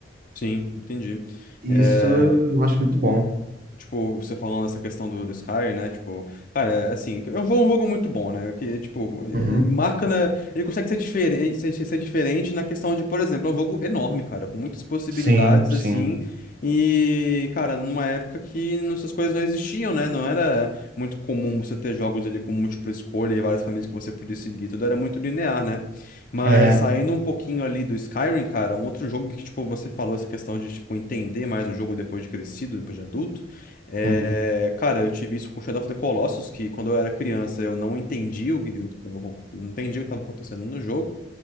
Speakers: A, on the left; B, on the right.
A: Sim, entendi.
B: Isso
A: É,
B: eu acho muito bom.
A: Tipo, você falando essa questão do, do Skyrim, né? Tipo, cara, é assim, é um jogo um jogo muito bom, né? Que, tipo, é-
B: Uhum.
A: é- marca na. Ele consegue ser diferente, ser, ser ser diferente na questão de, por exemplo, é um jogo enorme, cara, com muitas possibilidades,
B: Sim, sim.
A: assim. E, cara, numa época que essas coisas não existiam, né? Não era muito comum você ter jogos ali com múltipla escolha e vários caminhos que você podia seguir. Tudo era muito linear, né? Mas
B: É.
A: saindo um pouquinho ali do Skyrim, cara, um outro jogo que, tipo, você falou essa questão de, tipo, entender mais o jogo depois de crescido, depois de adulto. É,
B: Uhum,
A: cara, eu tive isso com Shadow of the Colossus, que quando eu era criança eu não entendi o que, o tava não entendi o que estava acontecendo no jogo.